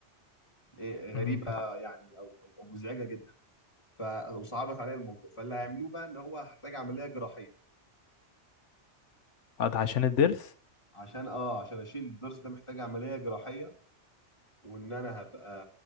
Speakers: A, on the left; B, on the left.
A: إيه غريبه
B: امم.
A: يعني او او أو مزعجه جدا ف- وصعبت عليا الموضوع فاللي هيعملوه بقى ان هو هحتاج عمليه جراحيه
B: قاعد عشان الضرس
A: عشان اه عشان اشيل الضرس ده محتاج عمليه جراحيه وان انا هبقى